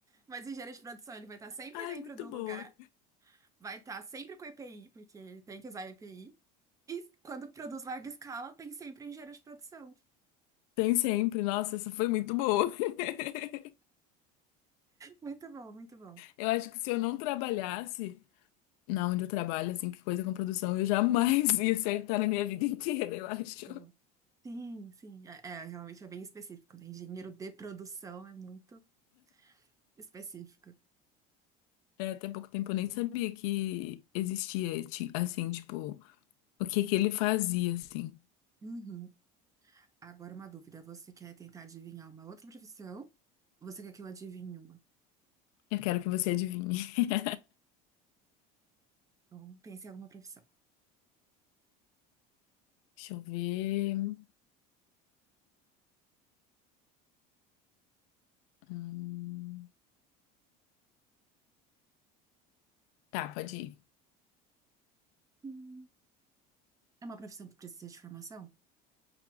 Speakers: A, on the right; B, on the left.
A: Mas engenheiro de produção, ele vai estar sempre
B: Ai,
A: dentro
B: muito
A: do
B: boa.
A: lugar, vai estar sempre com EPI, porque ele tem que usar EPI. E quando produz larga escala, tem sempre engenheiro de produção.
B: Tem sempre. Nossa, essa foi muito boa. <laughs>
A: Muito bom, muito bom.
B: Eu acho que se eu não trabalhasse na onde eu trabalho, assim, que coisa com produção, eu jamais <laughs> ia acertar na minha vida inteira, eu acho.
A: Uhum. Sim, sim. É, é, realmente é bem específico, né? Engenheiro de produção é muito específico.
B: É, até pouco tempo eu nem sabia que existia, ti- assim, tipo, o que que ele fazia, assim.
A: Uhum. Agora uma dúvida. Você quer tentar adivinhar uma outra profissão? Ou você quer que eu adivinhe uma?
B: Eu quero que você adivinhe. <laughs>
A: Então, pense em alguma profissão.
B: Deixa eu ver. Hum, Tá, pode ir.
A: Hum. É uma profissão que precisa de formação?